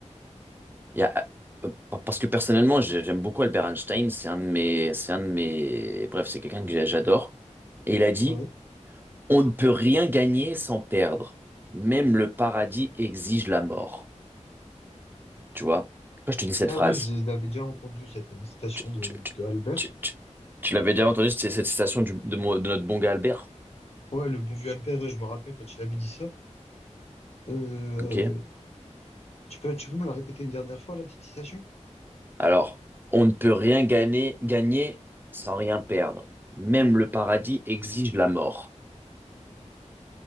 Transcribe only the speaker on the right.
Il y a- euh, Parce que personnellement, j'ai- j'aime beaucoup Albert Einstein. C'est un de mes, c'est un de mes, bref, c'est quelqu'un que j'a- j'adore. Et il a dit,
on ne peut rien gagner sans perdre. Même le paradis exige la mort. Tu vois? Quand je te dis cette
phrase,
tu,
tu- tu-
tu- tu- tu l'avais déjà entendu, c'est cette citation du- de, mon- de notre bon gars Albert.
Ok?
Alors, on ne peut rien gagner, gagner sans rien perdre. Même le paradis exige la mort.